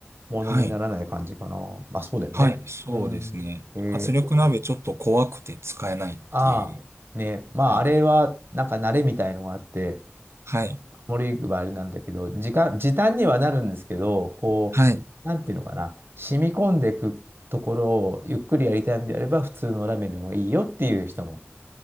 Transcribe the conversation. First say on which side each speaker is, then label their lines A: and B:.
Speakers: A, on the right; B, on the right.
A: ものにならない感じかな。
B: はい。
A: まあ、そうだよね。
B: はい。そうですね。
A: うん。えー、
B: 圧力鍋ちょっと怖くて使えないっていう。
A: ああ、ね、まあ、
B: はい。
A: あれは、なんか慣れみたいのがあって、
B: はい。
A: 守りはあれなんだけど、時間、時短にはなるんですけど、こう、
B: はい。
A: なんていうのかな、染み込んでいくところをゆっくりやりたいんであれば、普通のラーメンの方がいいよっていう人も